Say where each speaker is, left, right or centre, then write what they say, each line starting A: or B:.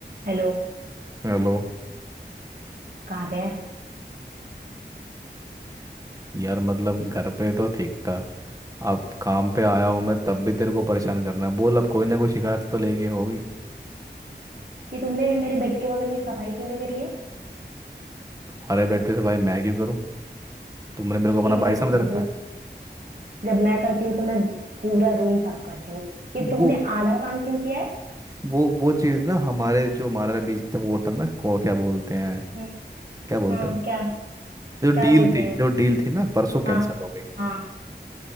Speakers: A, on the right (about 50°); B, on the right (about 20°).
A: Hello
B: Hello
A: कहाँ पे है हम्म
B: यार मतलब घर पे तो ठीक था अब काम पे आया हूँ मैं तब भी तेरे को परेशान करना है बोल अब कोई ना कोई शिकायत तो लेके होगी
A: ये तुमने मेरे बेड के बगल में सफाई क्यों नहीं करी है
B: तुम्हारे बेड पे से भाई मैं क्यों करूँ तुमने मेरे को अपना
A: एक मिनट
B: भाई समझ रखा
A: जब
B: है
A: जब मैं करती हूँ तो मैं पूरा रूम साफ करती हूँ ये तुमने
B: वो
A: आधा काम क्यों किया है
B: वो वो चीज़ ना हमारे जो हमारा बीच था वो होता ना को क्या बोलते हैं
A: हम्म
B: क्या बोलते
A: हाँ
B: हैं उसको
A: क्या
B: जो डील
A: क्या बोलते
B: थी
A: हैं
B: जो डील थी ना परसों कैंसिल
A: हाँ
B: हो गई
A: हाँ